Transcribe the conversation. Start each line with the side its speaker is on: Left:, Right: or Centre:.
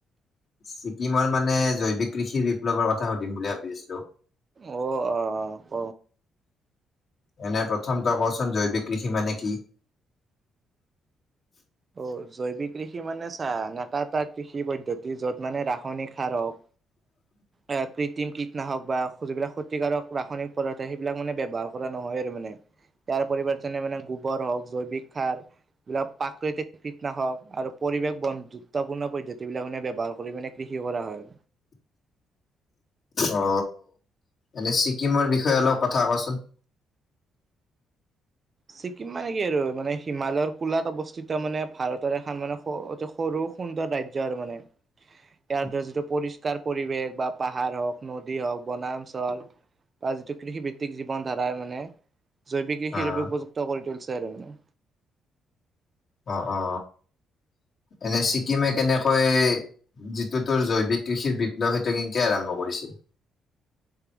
Left: ছিকিমৰ মানে জৈৱিক কৃষিৰ বিপ্লৱৰ কথা সুধিম বুলি ভাবি আছিলো
Right: অ অ ক
Left: এনে প্ৰথম তই কচোন জৈৱিক কৃষি মানে কি
Right: অ জৈৱিক কৃষি মানে চা এটা এটা কৃষি পদ্ধতি য'ত মানে ৰাসায়নিক সাৰ হওক
Left: <unintelligible>
Right: এ কৃত্ৰিম কীটনাশক বা যিবিলাক ক্ষতিকাৰক ৰাসায়নিক পদাৰ্থ সেইবিলাক মানে ব্যৱহাৰ কৰা নহয় আৰু মানে
Left: <unintelligible>
Right: ইয়াৰ পৰিবৰ্তনে মানে গোবৰ হওক জৈৱিক সাৰ এইবিলাক প্ৰাকৃতিক কীটনাশক আৰু পৰিৱেশ বন্ধুত্বপূৰ্ণ পদ্ধতিবিলাক মানে ব্যৱহাৰ কৰি মানে কৃষি কৰা হয়
Left: অ এনে ছিকিমৰ বিষয়ে অলপ কথা কচোন
Right: ছিকিম মানে কি আৰু মানে হিমালয়ৰ কোলাত অৱস্থিত মানে ভাৰতৰ এখন মানে অতি সৰু সুন্দৰ ৰাজ্য আৰু মানে
Left: <unintelligible>
Right: ইয়াৰ যিটো পৰিষ্কাৰ পৰিৱেশ বা পাহাৰ হওক নদী হওক বনাঞ্চল বা যিটো কৃষিভিত্তিক জীৱন ধাৰাই মানে জৈৱিক কৃষিৰ
Left: অ',
Right: বাবে উপযুক্ত কৰি তুলিছে আৰু মানে
Left: অ অ এনে ছিকিমে কেনেকৈ যিটো তোৰ জৈৱিক কৃষিৰ বিপ্লৱ সেইটো কেংকে আৰম্ভ কৰিছিল